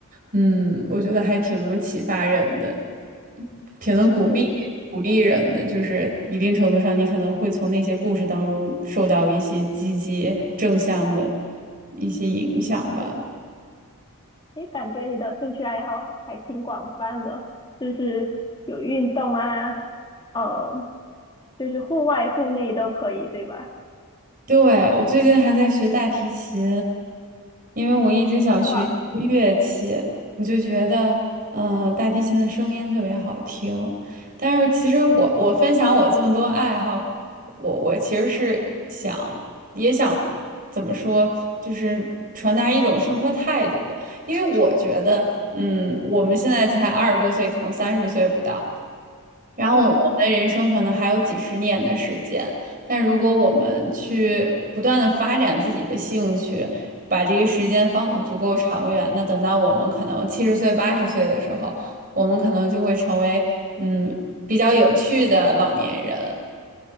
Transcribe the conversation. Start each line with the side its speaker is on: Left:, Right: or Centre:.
Right: 嗯，我觉得还挺能启发人的，挺能鼓励鼓励人的。
Left: 是是
Right: 就是一定程度上，你可能会从那些故事当中受到一些积极正向的一些影响吧。
Left: 是，诶，感觉你的兴趣爱好还挺广泛的，就是有运动啊，呃，就是户外、户内都可以，对吧？
Right: 对，我最近还在学大提琴，因为我一直想学一门乐器，
Left: 哇，
Right: 我就觉得，嗯、大提琴的声音特别好听。但是其实我我分享我这么多爱好，我我其实是想也想怎么说，就是传达一种生活态度吧。因为我觉得，嗯，我们现在才二十多岁，可能三十岁不到。然后我们人生可能还有几十年的时间，
Left: 嗯
Right: 但如果我们去不断的发展自己的兴趣，把这个时间放得足够长远，那等到我们可能七十岁、八十岁的时候，我们可能就会成为嗯比较有趣的老年人，